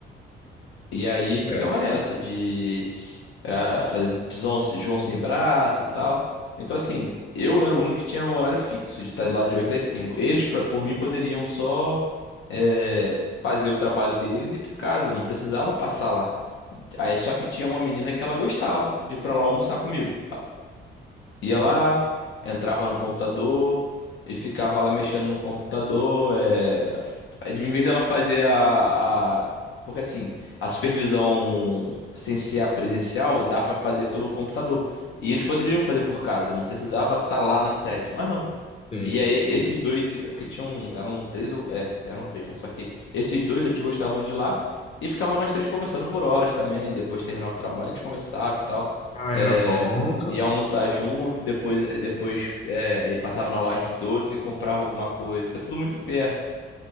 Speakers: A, on the left; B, on the left.
A: E aí ficava
B: É.
A: nessa de ah, fazer de João João sem braço e tal. Então, assim, eu era o único que tinha um horário fixo de estar lá de 8 às cinco Eles, pra- por mim, poderiam só eh, fazer o trabalho deles e ir pra casa, não precisava passar lá. Aí, só que tinha uma menina que ela gostava de ir pra lá almoçar comigo ia
B: Hum,
A: lá, entrava no computador e ficava lá mexendo no computador. É... Em vez dela fazer a, a- Porque assim, a supervisão sem ser a presencial dá pra fazer pelo computador. E eles poderiam fazer por casa, não precisava estar lá na sede. Mas não.
B: Sim,
A: E aí,
B: sim.
A: esses dois, é porque tinham, eram três, ou- é, eram três, né? Só que esses dois, eles gostavam de lá e ficavam nós três conversando por horas também. Depois terminava o trabalho, a gente conversava e tal.
B: Ah,
A: É,
B: era bom, cara.
A: ia almoçar junto, depois, depois é, e passava na loja de doce e comprava alguma coisa, porque é tudo muito perto.